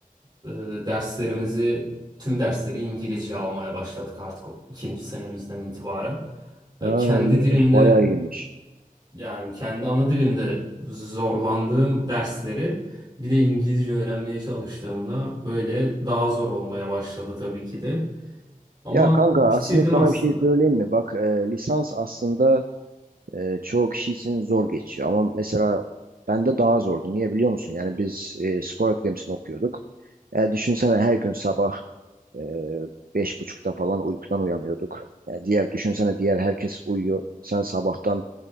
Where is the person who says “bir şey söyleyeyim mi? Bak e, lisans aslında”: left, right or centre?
Right